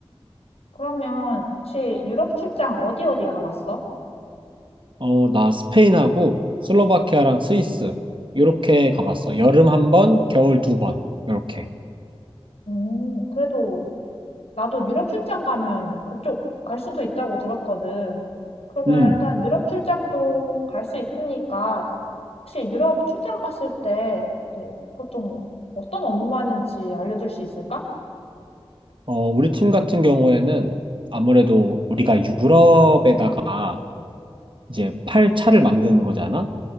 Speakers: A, on the left; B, on the right.
A: 그러면 혹시 유럽 출장 어디 어디 가봤어?
B: 어, 나 스페인하고 슬로바키아랑 스위스 이렇게 가봤어. 여름 한 번, 겨울 두 번. 이렇게.
A: 음, 그래도 나도 유럽 출장 가면 그쪽 갈 수도 있다고 들었거든. 그러면
B: 음,
A: 일단 유럽 출장도 갈 수 있으니까 혹시 유럽 출장 갔을 때 이제 보통 뭐 어떤 업무하는지 알려줄 수 있을까?
B: 어, 우리 팀 같은 경우에는 아무래도 우리가 유럽에다가 이제 팔 차를 만드는 거잖아.